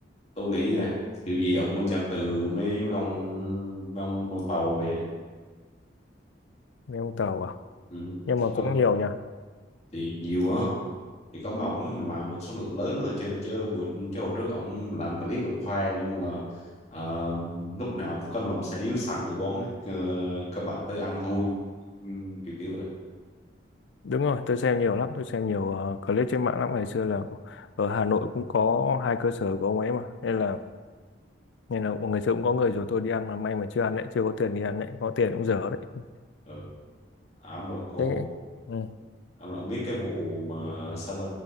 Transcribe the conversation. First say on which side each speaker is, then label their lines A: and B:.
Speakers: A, on the left (about 35°); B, on the left (about 70°).
A: tôi nghĩ nè kiểu gì ông cũng nhập từ mấy mấy ông mấy ông tàu về á.
B: nên ông tàu à
A: ừ.
B: nhưng
A: chỉ
B: mà
A: có
B: cũng nhiều nhỉ
A: thì nhiều mà thì có mà ổng làm được số lượng lớn nữa thôi chứ, chứ bữa chứ hồi trước ổng làm clip ổng khoe luôn là ờ, lúc nào cũng có lòng xài điếu xăng ở quán hết ờ, các bạn tới ăn thôi ừ, kiểu kiểu vậy
B: đúng rồi tôi xem nhiều lắm tôi xem nhiều ờ, clip trên mạng lắm ngày xưa là ở Hà Nội cũng có hai cơ sở của ông ấy mà nên là nên là ngày xưa cũng có người rủ tôi đi ăn mà may mà chưa ăn đấy chưa có tiền đi ăn đấy có tiền cũng dở đấy
A: ừ. à, ổng rồi cô
B: thế ừ
A: ổng rồi ổng biết cái vụ mà sao ta